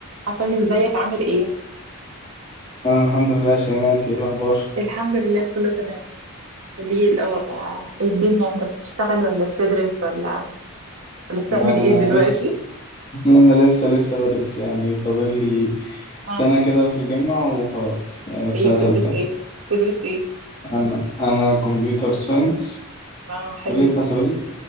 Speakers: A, on the right (about 80°); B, on the left (about 25°).
A: حسن ازيك عامل ايه؟
B: انا الحمد لله يا شيماء انت ايه الاخبار
A: الحمد لله كله تمام قولي الأول- آه، ايه الدنيا انت بتشتغل ولا بتدرس ولا ولا بتعمل
B: ده
A: ايه
B: انا
A: دلوقتي؟
B: لسه <laughs> انا لسه لسه بدرس يعني فاضل لي
A: اه
B: سنه كده في الجامعه وخلاص أنا في
A: ايه
B: سنه
A: بتدرس
B: تالتة
A: ايه؟ بتدرس ايه؟
B: انا انا كمبيوتر ساينس
A: اه حلو
B: كليه حاسبات